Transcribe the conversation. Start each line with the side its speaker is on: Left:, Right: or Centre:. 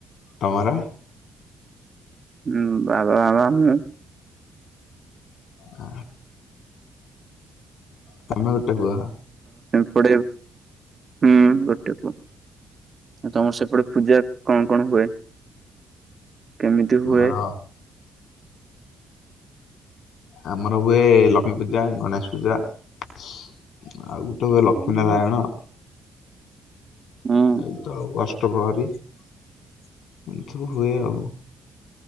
Left: ଟଙ୍ଗରା
Right: ହଁ ବାବା ବାବା ମୁଁ
Left: ଆ ତମେ ଗୋଟେ କୁହ
Right: ଥଡ଼ ହୁଁ ଗୋଟେ ପ ତମର ସେପଟେ ପୂଜା କଣ କଣ ହୁଏ? କେମିତି ହୁଏ?
Left: ମୋର ଆମର ହୁଏ ଲକ୍ଷ୍ମୀ ପୂଜା ଗଣେଶ ପୂଜା ଆଉ ଗୋଟେ ହୁଏ ଲକ୍ଷ୍ମୀ
Right: ହୁଁ
Left: ନାରାୟଣ
Right: ହୁଁ
Left: ଏଇତ ଫେବୃଆାରୀ ଏମତି ସବୁ ହୁଏ ଆଉ।